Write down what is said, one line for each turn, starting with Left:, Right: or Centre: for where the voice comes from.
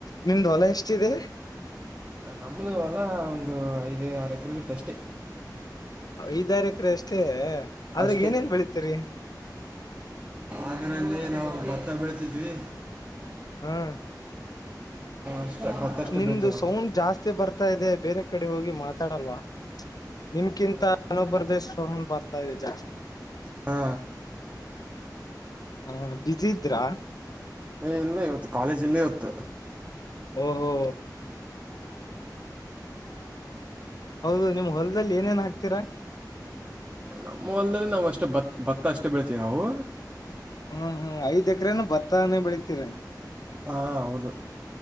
Left: ನಿಮ್ದ್ ಹೊಲ ಎಷ್ಟಿದೆ
Right: ನಮ್ಮ ವಲ್ಲ ಒಂದು ಐದು ಆರು ಎಕರೆ ಬಿತ್ತುಷ್ಟೇ
Left: ಐದಾರ ಎಕರೆ ಅಷ್ಟೇ ಆದ್ರಾಗ
Right: ಅಷ್ಟೇ
Left: ಏನೇನ್ ಬೆಳತೀರಿ
Right: ಅದರಲ್ಲಿ ನಾವು ಭತ್ತ ಬೀಳ್ತಿದ್ವಿ
Left: ಹ್ಮ್
Right: ಅಷ್ಟೇ ಭತ್ತ ಅಷ್ಟೇ
Left: ನಿಮ್ದು
Right: ಬೆಳಿತೀವಿ ನಾವು
Left: ಸೌಂಡ್ ಜಾಸ್ತಿ ಬರ್ತಾ ಇದೆ ಬೇರೆ ಕಡೆ ಹೋಗಿ ಮಾತಾಡಲ್ವಾ ನಿಮ್ಕಿಂತ ಮನೋಬ್ಬ್ರದೇಶ ಬರ್ತಾ ಇದೆ ಜಾಸ್ತಿ
Right: ಹಾ
Left: ಹಾ ಬುಸಿ ಇದ್ರಾ
Right: ಏ ಇಲ್ಲೇ ಇವತ್ತು ಕಾಲೇಜ್ ಇಲ್ಲೇ ಇವತ್ತು
Left: ಓಹೋ ಹೌದು ನಿಮ್ ಹೊಲದಲ್ಲಿ ಏನೇನ್ ಹಾಕ್ತೀರಾ
Right: ನಮ್ಮ ಹೊಲ್ದದಲ್ಲಿ ನಾವವು ಅಷ್ಟೇ ಬ ಭತ್ತ ಅಷ್ಟೇ ಬೆೀಳ್ತಿೀವಿ ನಾವು
Left: ಹ್ಮ್ ಹ್ಮ್ ಐದ್ ಎಕ್ರೇನು ಭತ್ತಾನೇ ಬೆಳತಿರ
Right: ಹಾ ಹೌದು